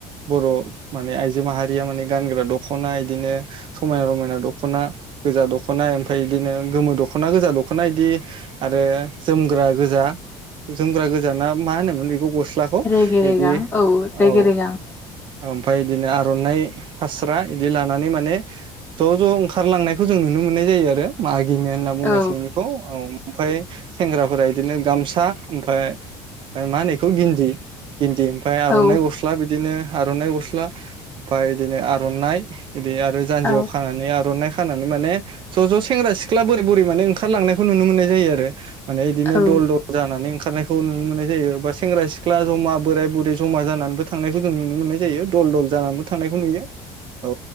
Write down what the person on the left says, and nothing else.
रेगे
रेगां औ रेगे
रेगां
औ
औ
औ
औ